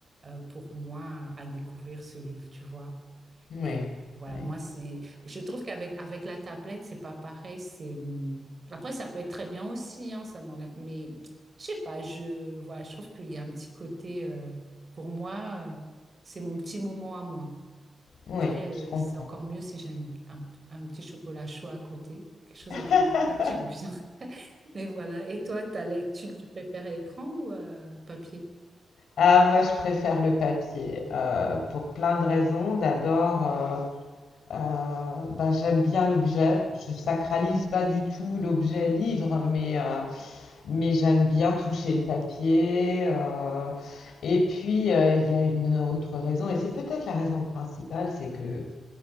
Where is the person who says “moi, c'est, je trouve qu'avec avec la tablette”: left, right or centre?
Right